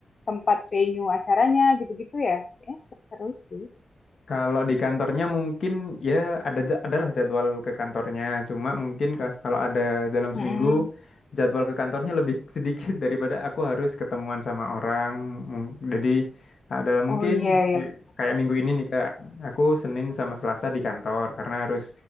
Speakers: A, on the left (about 50°); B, on the left (about 70°).
A: tempat venue acaranya gitu-gitu ya? Eh, seru sih.
B: Kalau di kantornya mungkin ya ada adalah jadwal ke kantornya, cuma mungkin kas- kalau ada dalam
A: Mm-mm.
B: seminggu jadwal ke kantornya lebih <laughs> sedikit daripada aku harus ketemuan sama orang. Mung- Jadi adalah mungkin
A: Oh iya iya.
B: kayak
A: benar.
B: kayak minggu ini nih Kak, aku Senin sama Selasa di kantor karena harus